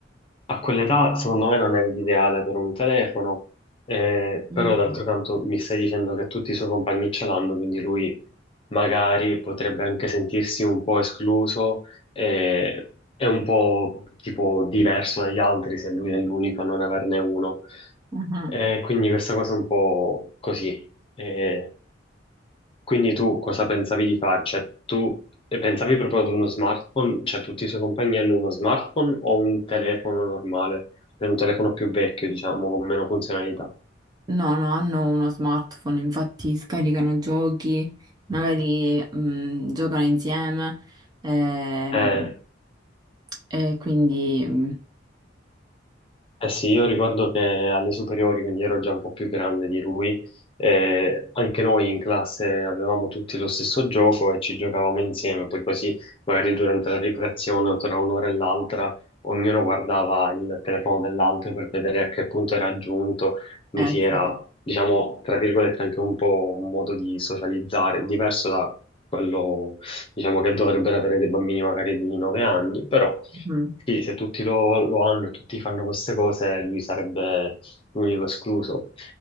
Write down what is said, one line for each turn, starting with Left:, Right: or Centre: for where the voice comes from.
Left: A quell'età, secondo me, non è l'ideale per un telefono, eh,
Right: Mhm,
Left: però d'altro canto mi stai dicendo che tutti i suoi compagni ce l'hanno, quindi lui magari potrebbe anche sentirsi un po' escluso, eh, è un po' tipo diverso dagli altri se lui è l'unico a non averne uno.
Right: mhm.
Left: Eh, quindi questa cosa è un po' così. Eh, quindi tu cosa pensavi di fare? Cioè, tu e pensavi proprio ad uno smartphone? Cioè, tutti i suoi compagni hanno uno smartphone o un telefono normale? Per un telefono più vecchio, diciamo, con meno funzionalità.
Right: No, no, hanno uno smartphone, infatti scaricano giochi, magari mh, giocano insieme ehm,
Left: Eh,
Right: e quindi... mh,
Left: Eh sì, io ricordo che alle superiori, quindi ero già un po' più grande di lui, eh, anche noi in classe avevamo tutti lo stesso gioco e ci giocavamo insieme, poi così magari durante la ricreazione o tra un'ora e l'altra ognuno guardava il telefono dell'altro per vedere a che punto era giunto, quindi
Right: eh,
Left: sì,
Right: sì.
Left: era, diciamo, tra virgolette anche un po' un modo di socializzare, diverso da quello, diciamo, che dovrebbero avere dei bambini magari di 9 anni, però...
Right: Mm,
Left: Sì, se tutti lo, lo hanno e tutti fanno queste cose, lui sarebbe l'unico escluso.